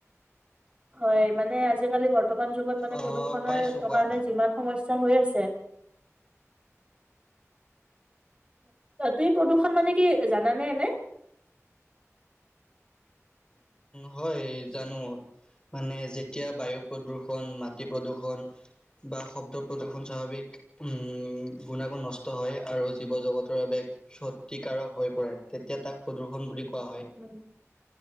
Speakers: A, on the right; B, on the left.
A: হয় মানে আজিকালি বৰ্ত বৰ্তমান যুগত মানে
B: অ',
A: প্ৰদূষণৰ
B: পাইছো কোৱা
A: কাৰণে যিমান সমস্যা। আছে তুমি প্ৰদূষণ মানে কি জানানে এনে।
B: হয় জানো মানে যেতিয়া বায়ু প্ৰদূৰ্ষণ মাটি প্ৰদূষণ বা শব্দ প্ৰদূষণ স্বাভাৱিক। উম গুণাগুণ নষ্ট হয় আৰু। জীৱ জগতৰ বাবে ক্ষতিকাৰক হৈ পৰে তেতিয়া তাক প্ৰদূষণ। বুলি কোৱা হয়।
A: উম উম